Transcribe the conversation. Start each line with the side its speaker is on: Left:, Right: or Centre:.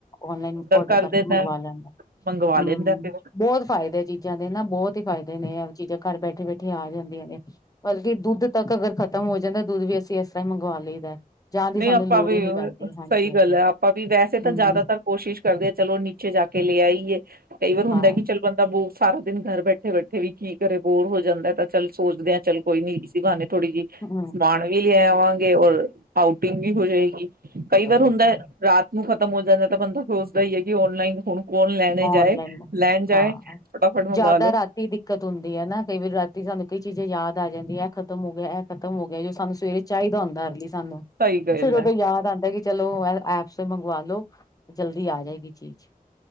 Left: ਨਲਾਈਨ ਔਡਰ
Right: ਕਰ
Left: ਕਰਕੇ
Right: ਦਿੰਦਾ
Left: ਮੰਗਵਾ ਲੈਂਦਾ
Right: ਮੰਗਵਾ
Left: ਹਮ
Right: ਲੈਂਦਾ ਫਿਰ
Left: ਬਹੁਤ ਫਾਇਦੇ ਆ ਚੀਜ਼ਾਂ ਦੇ ਨਾ ਬਹੁਤ ਹੀ ਫਾਇਦੇ ਨੇ ਚੀਜ਼ਾਂ ਘਰ ਬੈਠੇ ਬੈਠੇ ਆ ਜਾਂਦੀਆਂ ਨੇ ਬਲਕਿ ਦੁੱਧ ਤੱਕ ਅਗਰ ਖਤਮ ਹੋ ਜਾਂਦਾ ਦੁੱਧ ਵੀ ਅਸੀਂ ਇਸ ਤਰ੍ਹਾਂ ਹੀ ਮੰਗਵਾ ਲਈਦਾ ਜਾਣ ਦੀ
Right: ਨਹੀਂ
Left: ਸਾਨੂੰ
Right: ਆਪਾਂ
Left: ਲੋੜ
Right: ਵੀ
Left: ਹੀ ਨੀ
Right: ਉਹ
Left: ਪੈਂਦੀ
Right: ਸਹੀ
Left: ਹਾਂਜੀ ਹਾਂਜੀ
Right: ਗੱਲ ਹੈ ਆਪਾਂ ਵੀ ਵੈਸੇ ਤਾਂ
Left: ਹਮ
Right: ਜ਼ਿਆਦਾਤਰ ਕੋਸ਼ਿਸ਼ ਕਰਦੇ ਹਾਂ ਚਲੋ ਨੀਚੇ ਜਾ ਕੇ ਲੈ ਆਈਏ ਕਈ ਵਾਰ ਹੁੰਦਾ
Left: ਹਾਂ
Right: ਕਿ ਚੱਲ ਬੰਦਾ ਬ ਸਾਰਾ ਦਿਨ ਘਰ ਬੈਠੇ ਬੈਠੇ ਵੀ ਕੀ ਕਰੇ ਬੋਰ ਹੋ ਜਾਂਦਾ ਤਾਂ ਚੱਲ ਸੋਚਦੇ ਆ ਚੱਲ ਕੋਈ ਨੀ ਸੀ ਬਹਾਨੇ ਥੋੜੀ ਜਹੀ
Left: ਹਮ
Right: ਸਮਾਣ ਵੀ ਲੈ ਆਵਾਂ ਗੇ <unintelligible> ਆਊਟਿੰਗ ਵੀ ਹੋ ਜਾਏਗੀ। ਕਈ
Left: ਸਹੀ
Right: ਵਾਰ ਹੁੰਦਾ
Left: ਗੱਲ
Right: ਰਾਤ ਨੂੰ ਖਤ ਖ਼ਤਮ ਹੋ ਜਾਂਦਾ ਤਾਂ ਬੰਦਾ ਸੋਚਦਾ ਹੀ ਹੈ ਕਿ ਔਨਲਾਈਨ ਹੁਣ ਕੌਣ ਲੈਣੇ
Left: ਆਨਲਾਈਨ
Right: ਜਾਏ ਲੈਣ ਜਾਏ
Left: ਹਾਂ
Right: ਫਟਾਫਟ ਮੰਗਵਾ
Left: ਜਿਆਦਾ
Right: ਲੋ
Left: ਰਾਤੀ ਦਿੱਕਤ ਹੁੰਦੀ ਹੈ ਨਾ ਕਈ ਵਾਰੀ ਰਾਤੀ ਸਾਨੂੰ ਕਈ ਚੀਜ਼ ਯਾਦ ਆ ਜਾਂਦੀ ਇਹ ਖਤਮ ਹੋ ਗਿਆ। ਇਹ ਖਤਮ ਹੋ ਗਿਆ। ਜੋ ਸਾਨੂੰ ਸਵੇਰੇ ਚਾਹੀਦਾ ਹੁੰਦਾ ਅਰਲੀ ਸਾਨੂੰ
Right: ਸਹੀ ਗੱਲ
Left: ਫੇਰ
Right: ਹੈ
Left: ਉਦੋਂ ਯਾਦ ਆਉਂਦਾ ਕਿ ਚਲੋ ਐਪਸ ਤੋਂ ਮੰਗਵਾ ਲੋ ਜਲਦੀ ਆ ਜਾਏਗੀ ਚੀਜ਼